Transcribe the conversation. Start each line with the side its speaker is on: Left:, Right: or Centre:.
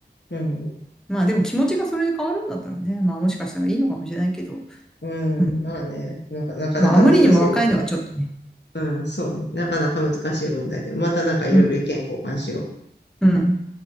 Left: うん。
Centre: まあでも気持ちがそれで変わるんだったらね、まあもしかしたらいいのかもしれないけど、
Left: うん。
Centre: うん。
Left: まあね、なんかなかなか難しいもんね。
Centre: まああまりにも若いのはちょっとね。
Left: うん、そうね。なかなか難しい問題で。またなんかいろいろ意見交換しよう。
Centre: うん。うん。